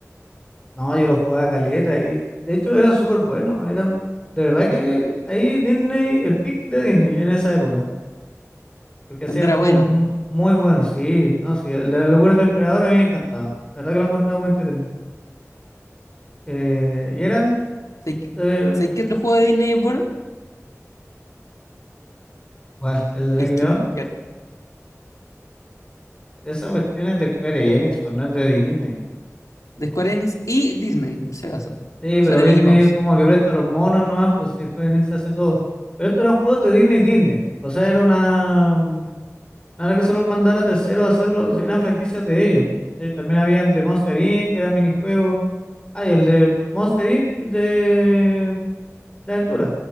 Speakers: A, on the left; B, on the left.
A: No, yo lo jugaba caleta y de hecho eran súper buenos. Eran, de verdad que ahí Disney, el pick de Disney en esa época. Porque hacía
B: cuando era
A: juegos
B: bueno.
A: mu- muy buenos, sí, no, sí. El de la locura del emperador a mí me encantaba. La verdad que lo encontraba muy entretenido. Eh, y eran,
B: ¿Sabes qué,
A: eh,
B: sabes qué otro juego de Disney es bueno?
A: bueno, el Rey
B: El
A: León,
B: Kingdom Hearts.
A: esas cuestiones de Square Enix, pues no es de Disney.
B: De Square Enix y Disney, por si acaso.
A: Sí,
B: Sale
A: pero Disney
B: Mickey Mouse.
A: es como que presta los monos nomás, pues si Square Enix hace todo. Pero estos eran juegos de Disney Disney. O sea, era una... mm, No era que solo mandara a terceros a hacerlo, sí, eran franquicias de ellos. ¿cachai? También habían de Monster Inc., que eran minijuegos. Ah, y el de Monster Inc. de, de aventura.